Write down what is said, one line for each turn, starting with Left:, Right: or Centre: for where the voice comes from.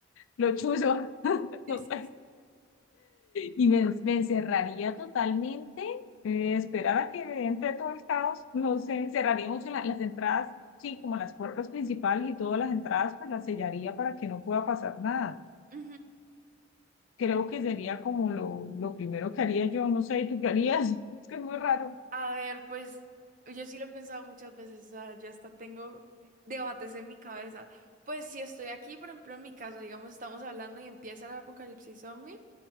Left: lo chuzo. <laughs>
Right: sí,
Left: Y me, me encerraría totalmente, eh, esperar a que entre todo el caos, no sé, cerraría mucho la- las entradas, sí, como las puertas principales y todas las entradas, pues las sellaría para que no pueda pasar nada.
Right: sí.
Left: Creo que sería como lo, lo primero que haría yo, no sé, ¿y tú qué harías? <laughs> Es que es muy raro.
Right: A ver, pues yo sí lo he pensado muchas veces, o sea, yo hasta tengo debates en mi cabeza. Pues si estoy aquí, por ejemplo, en mi caso, digamos, estamos hablando y empieza el apocalipsis zombie,